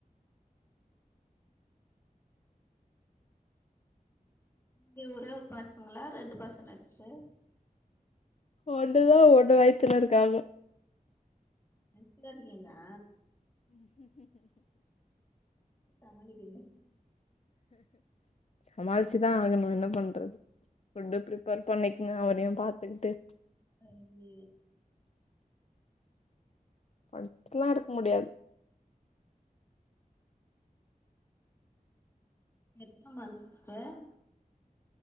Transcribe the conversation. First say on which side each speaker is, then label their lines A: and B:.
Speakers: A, on the left (about 15°); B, on the left (about 45°).
A: நீங்க ஒரே ஒரு பசங்களா ரெண்டு பசங்கள சிஸ்டர்
B: ஒன்னுதா ஒன்னு வய்த்துல இருக்காங்க.
A: கன்சீவா இருக்கீங்ளா? சமாளிக்கிறிங்
B: சமாளிச்சுதா ஆகணு என்ன பண்றது ஃபுட்டு ப்ரிஃப்பர் பண்ணிக் அவரையு பாத்துக்கிட்டு
A: சரி
B: படுத்துல்லா இருக்க முடியாது
A: எத்துன மந்த் சிஸ்டர்